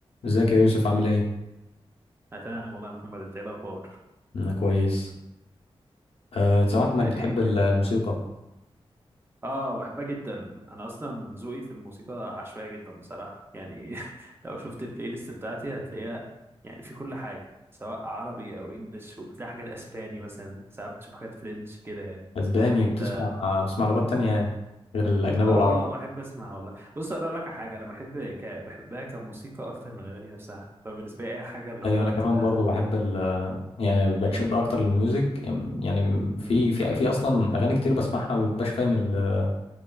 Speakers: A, on the left; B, on the right.
A: ازيك يا يوسف عامل ايه؟
B: انا تمام والله يا محمد انت ايه الاخبار
A: انا كويس أه سمعت
B: انت
A: انك بتحب
B: ايه كده
A: ال- الموسيقى
B: اه بحبها جدا انا اصلا ذوقي في الموسيقى عشوائي جدا بصراحه يعني <laughs> لو شفت البلاي ليست بتاعتي هتلاقيها يعني في كل حاجه سواء عربي او انجليش وبتلاقي حاجات اسباني مثلا ساعات بتشوف حاجات فرنش كده يعني
A: اسباني
B: انت
A: بتسمع بتسمع لغات تانية يعني غير الاجنبي
B: اه
A: والعربي
B: اه بحب اسمع والله بص اقول لك على حاجه انا بحب ك... بحبها كموسيقى اكتر من الاغاني نفسها فبالنسبه لي اي حاجه اللي
A: ايوه
B: هو
A: انا كمان
B: بتبقى
A: برضو بحب ال يعني بتشد
B: امم
A: اكتر للميوزك يعني في
B: امم
A: في في اصلا اغاني كتير بسمعها ما ببقاش فاهم ال